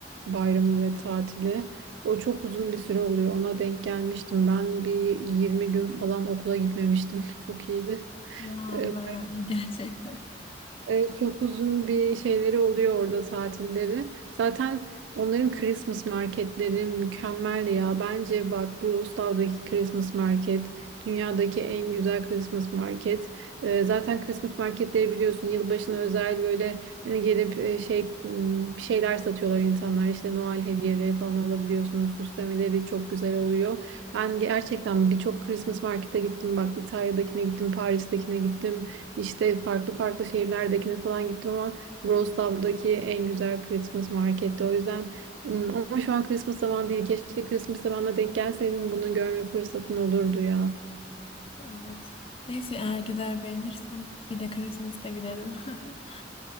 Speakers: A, on the right (about 80°); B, on the left (about 30°).
A: bayramı ve tatili. O çok uzun bir süre oluyor. Ona denk gelmiştim. Ben bir 20 gün falan okula gitmemiştim. <laughs> Çok iyiydi.
B: Ya
A: E,
B: bayağı iyi gerçekten. <laughs>
A: e, Çok uzun bir şeyleri oluyor orada tatilleri. Zaten onların Christmas marketleri mükemmel ya. Bence bak Brustal'daki Christmas market dünyadaki en güzel Christmas market. E, zaten Christmas marketleri biliyorsun yılbaşına özel böyle hani gelip e, şey m, bir şeyler satıyorlar insanlar. İşte Noel hediyeleri falan alabiliyorsunuz. Süslemeleri çok güzel oluyor. Ben gerçekten birçok Christmas markete gittim. Bak İtalya'dakine gittim, Paris'tekine gittim. İşte farklı farklı şehirlerdekine falan gittim ama Wrocław'daki en güzel Christmas marketti. O yüzden ım, ama şu an Christmas zamanı değil. Keşke Christmas zamanına denk gelseydin bunu görme fırsatın olurdu ya.
B: Evet. Neyse eğer gider beğenirsem bir de Christmas'ta giderim. <laughs>